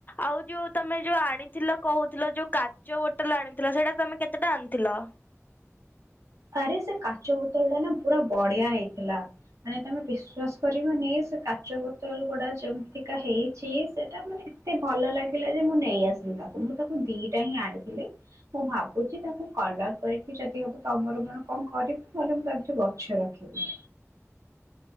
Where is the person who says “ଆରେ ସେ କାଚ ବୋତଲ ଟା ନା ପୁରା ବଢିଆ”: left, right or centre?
Right